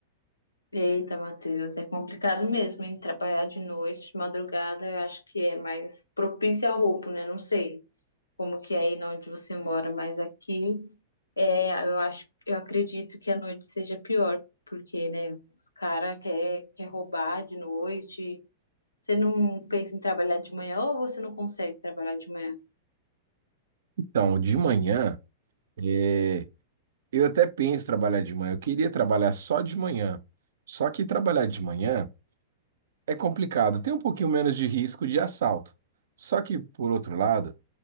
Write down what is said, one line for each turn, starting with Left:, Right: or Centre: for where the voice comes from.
Left: Eita, Matheus, é complicado mesmo, hein? Trabalhar de noite, de madrugada, eu acho que é mais propício ao roubo, né? Não sei como que é aí na onde você mora, mas aqui é, eu acho, eu acredito que a noite seja pior, porque, né, os caras quer, quer roubar de noite. Você não pensa em trabalhar de manhã ou você não consegue trabalhar de manhã?
Right: Então, de manhã. eh, Eu até penso em trabalhar de manhã. Eu queria trabalhar só de manhã. Só que trabalhar de manhã é complicado. Tem um pouquinho menos de risco de assalto. Só que, por outro lado,